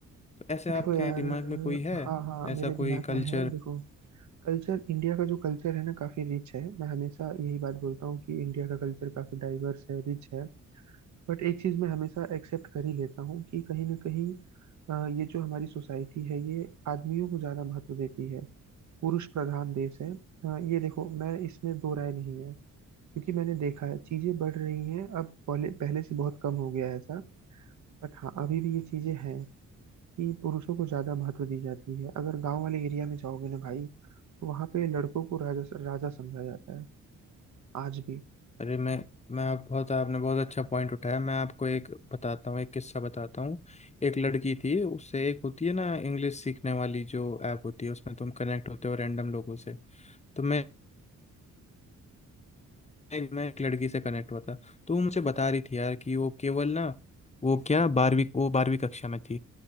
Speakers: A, on the left (about 20°); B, on the right (about 60°).
A: तो ऐसे
B: देखो
A: आपके
B: यार
A: दिमाग में कोई है
B: हाँ हाँ
A: ऐसा
B: मेरे दिमाग
A: कोई कल्चर
B: में है देखो कल्चर इंडिया का जो कल्चर है ना काफी रिच है मैं हमेशा यही बात बोलता हूँ कि इंडिया का कल्चर काफी डाइवर्स है रिच है बट एक चीज मैं हमेशा एक्सेप्ट कर ही लेता हूँ कि कहीं ना कहीं अ, ये जो हमारी सोसाइटी है ये आदमियों को ज्यादा महत्व देती है पुरुष प्रधान देश है अ, ये देखो मैं इसमें दो राय नहीं है क्योंकि मैंने देखा है चीजें बढ़ रही हैं अब पहले पहले से बहुत कम हो गया है ऐसा बट हाँ अभी भी ये चीजें हैं कि पुरुषों को ज्यादा महत्व दी जाती है अगर गांव वाले एरिया में जाओगे ना भाई तो वहां पे लड़कों को राजा राजा समझा जाता है आज भी
A: अरे मैं मैं आप बहुत आपने बहुत अच्छा पॉइंट उठाया मैं आपको एक बताता हूँ एक किस्सा बताता हूँ एक लड़की थी उससे एक होती है ना इंग्लिश सीखने वाली जो ऐप होती है उसमें तुम कनेक्ट होते हो रैंडम लोगों से तो मैं एक- मैं एक लड़की से कनेक्ट हुआ था तो वो मुझे बता रही थी यार कि वो केवल ना वो क्या बारहवीं वो बारहवीं कक्षा में थी